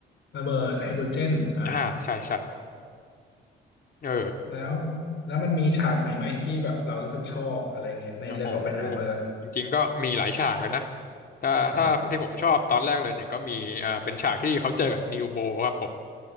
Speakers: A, on the left; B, on the left.
A: ระเบิดไฮโดรเจนอ่า
B: อ่าใช่ใช่ เออ
A: แล้วแล้วมันมีฉากไหนไหมที่แบบเรารู้สึกชอบอะไรเงี้ยในเรื่องโอปเพนไฮเมอร์
B: โอ้โหจริงๆก็มีหลายฉากกันนะถ้าถ้าที่ผมชอบตอนแรกเลยเนี่ยก็มีอ่าเป็นฉากที่เขาเจอกับนิวโบครับผม
A: อ่า